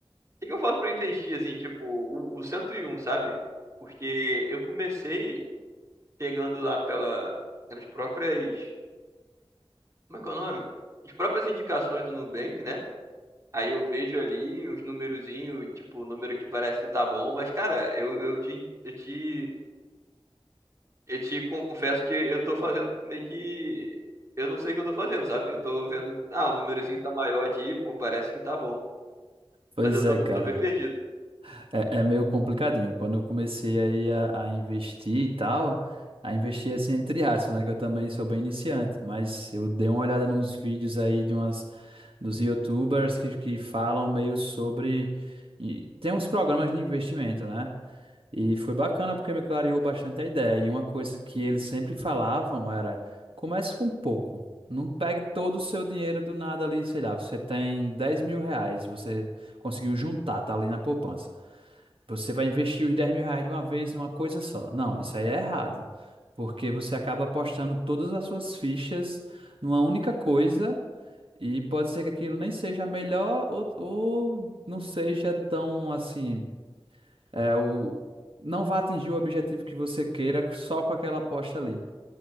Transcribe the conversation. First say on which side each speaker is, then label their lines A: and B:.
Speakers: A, on the right; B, on the right.
A: O que que eu faço pra investir, assim, tipo, o, o 101, sabe? Porque eu comecei pegando lá pela, pelas próprias. Como é que é o nome? As próprias indicações do Nubank, né? Aí eu vejo ali os numerozinhos, tipo, o número que parece que tá bom, mas, cara, eu, eu te, eu te, eu te confesso que eu tô fazendo meio que. Eu não sei o que eu tô fazendo, sabe? Eu tô vendo, ah, o númerozinho tá maior aqui, pô, parece que tá bom.
B: Pois
A: Mas eu tô,
B: é, cara.
A: tô bem é. perdido.
B: É, é meio complicadinho. Quando eu comecei aí a, a investir e tal, a investir assim entre aspas, né? Que eu também sou bem iniciante, mas eu dei uma olhada nos vídeos aí de umas dos YouTubers que, que falam meio sobre. e tem uns programas de investimento, né? E foi bacana porque me clareou bastante a ideia. E uma coisa que eles sempre falavam era: comece com pouco. Não pegue todo o seu dinheiro do nada ali, sei lá, você tem 10 mil reais, você conseguiu juntar, tá ali na poupança. Você vai investir os 10 mil reais de uma vez numa coisa só. Não, isso aí é errado. Porque você acaba apostando todas as suas fichas numa única coisa e pode ser que aquilo nem seja a melhor ou, ou não seja tão assim é, o... Não vá atingir o objetivo que você queira só com aquela aposta ali.